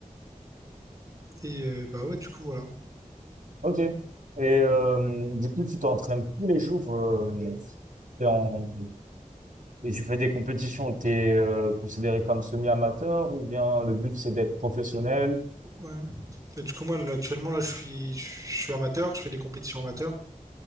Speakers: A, on the right (about 25°); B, on the right (about 75°).
A: Et euh, bah ouais, du coup, voilà.
B: Ok. Et euh, du coup, tu t'entraînes tous les jours. euh, t'es en, Et tu fais des compétitions, tu es euh, considéré comme semi-amateur ou bien le but c'est d'être professionnel?
A: Ouais. Et du coup, moi, là, actuellement, là, je suis, je suis amateur. Je fais des compétitions amateurs.